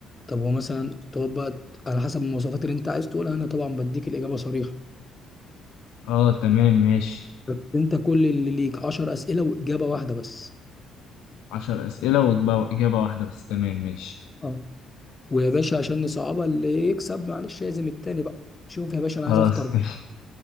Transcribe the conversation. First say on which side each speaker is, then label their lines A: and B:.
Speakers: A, on the left; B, on the left.
A: طب هو مثلا تقعد بقى على حسب المواصفات اللي انت عايز تقولها انا طبعا بديك الاجابه صريحه
B: اه تمام ماشي
A: بس انت كل اللي ليك 10 اسئله واجابه واحده بس
B: عشر أسئلة وإجابة إجابة واحدة بس تمام ماشي
A: اه ويا باشا عشان نصعبها اللي يكسب معلش لازم التاني بقى شوف يا باشا
B: خلاص
A: انا عايز افطر
B: <laughs> ماشي